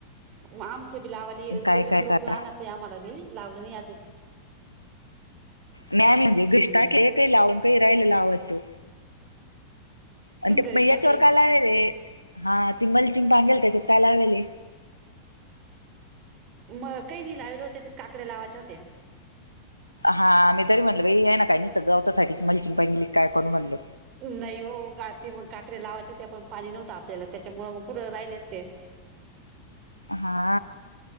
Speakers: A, on the right; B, on the left.
A: मग आमचं बी लावली,
B: काय
A: गोबीस
B: काय
A: रुपये
B: करा
A: आणत. चे आम्हाला दे लावलं नाही अजून.
B: नाहीय म्हणजे घष्टाके
A: हम्म
B: काही लावून काही राहायला लावाचं. आणि
A: तुम्ही
B: ते
A: घरीच
B: प याच्यावर
A: टाकेल का
B: काय लावेले हा ती मलचिंग बांगेल त्याच्यात काय लावेले.
A: म काही नाही लावीडो त्याच्यात काकड्या लावायच्या होत्या.
B: हा मी तरी म्हणलो बाई आहे ना काही नाहीसत गवतासाठीच मलचीन पहिंगली काय करण म्हणलं.
A: नाही हो गाते मग काकडया लावायच्या ते पण पाणी नव्हतं आपल्याला त्याच्यामुळं मग कुठं राहिलेच ते. <inaudible>
B: हा.